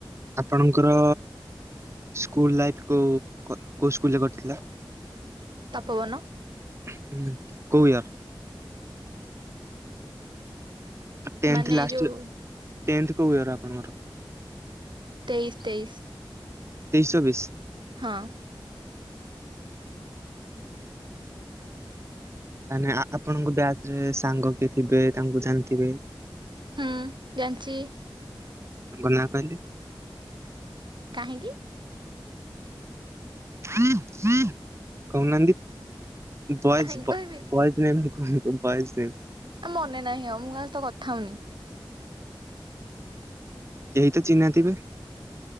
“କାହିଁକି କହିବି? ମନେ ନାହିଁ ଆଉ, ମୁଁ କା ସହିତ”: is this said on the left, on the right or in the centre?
Right